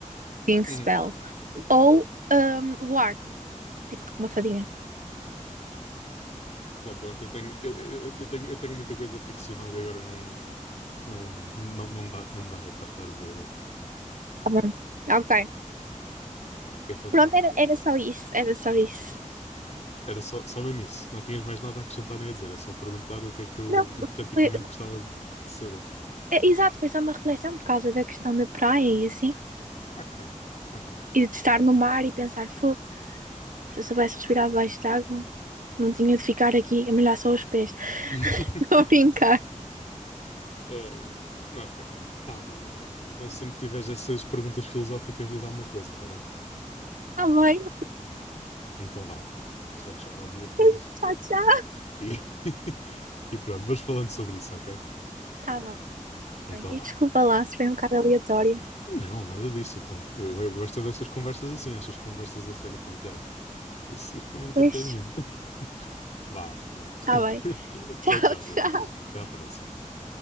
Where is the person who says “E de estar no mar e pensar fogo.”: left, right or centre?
Right